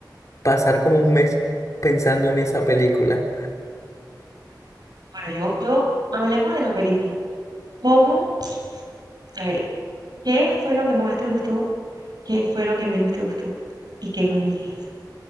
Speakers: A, on the left; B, on the right.
A: pasar como un mes pensando en esa película.
B: Bueno, yo, yo, hablemos de la película. ¿Cómo? A ver, ¿qué fue lo que más te gustó? ¿Qué fue lo que menos te gustó? ¿Y qué cambiarías?